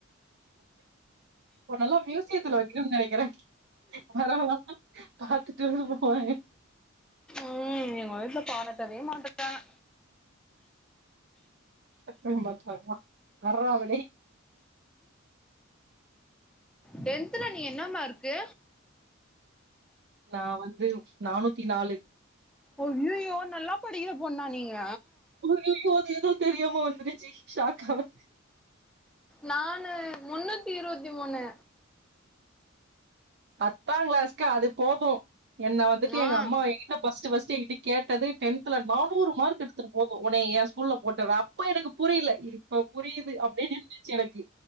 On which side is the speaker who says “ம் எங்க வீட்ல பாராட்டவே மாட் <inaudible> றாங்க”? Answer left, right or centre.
Centre